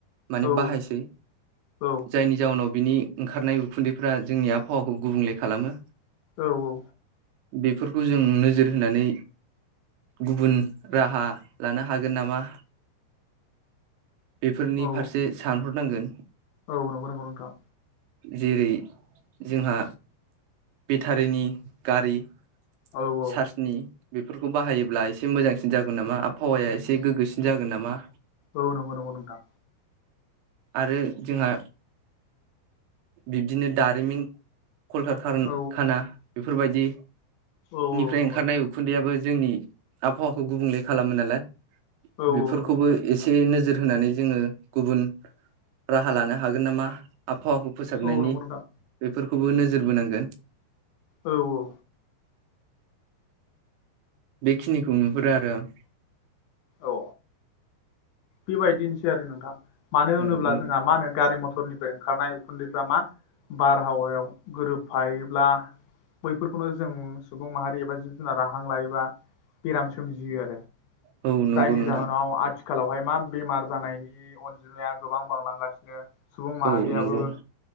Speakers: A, on the right (about 85°); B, on the left (about 80°).
A: माने
B: औ
A: बाहायसै
B: औ
A: जायनि जाउनाव बिनि ओंखारनाय उखुन्दैफ्रा जोंनि आबहावाखौ गुबुंले खालामो
B: औ औ
A: बेफोरखौ जों नोजोर होनानै गुबुन राहा लानो हागोन नामा बेफोरनि
B: औ
A: फारसे सानहर नांगोन
B: औ नंगौ नंगौ नोंथां
A: जेरै जोंहा बेटारिनि गारि
B: औ औ
A: चार्जनि बेफोरखौ बाहायोब्ला एसे मोजांसिन जागोन नामा आरो आबहावाया एसे गोग्गोसिन जागोन नामा
B: औ नंगौ नंगौ नोंथां
A: आरो जोंहा बिब्दिनो दारिमिन कलकारखाना
B: औ
A: बेफोरबायदि
B: औ
A: निफ्राय
B: औ नंगौ
A: ओंखारनाय
B: नंगौ
A: उखुन्दैयाबो जोंनि आबहावाखौ गुबुंले खालामो नालाय
B: औ औ
A: बेफोरखौबो
B: नंगौ नोंथां
A: एसे नोजोर होनानै जोङो गुबुन राहा लानो हागोन नामा आबहावाखौ फोसाबनायनि
B: औ नंगौ नोंथां
A: बे फोरखौबो नोजोर बोनांगोन
B: औ औ
A: बेखिनिखौ नुहुरो आरो आं
B: औ बेबायदिनोसै आरो नोंथां मानो होनोब्ला
A: औ नंगौ
B: जोंहा मा होनो गारि मथर सरनिफ्राय ओंखारनाय उखुन्दैफ्रा मा बारहावायाव गोरोबफायोब्ला बैफोरखौनो जों सुबुं माहारि एबा जिब जुनाराहां लायोबा बेराम सोमजियो आरो
A: औ नंगौ
B: जायनि
A: नोंथां
B: जाहोनाव आथिखालावहाय बेमार जानायनि अनजिमाया गोबां बांलांगासिनो सुबुं माहारियाबो
A: औ नंगौ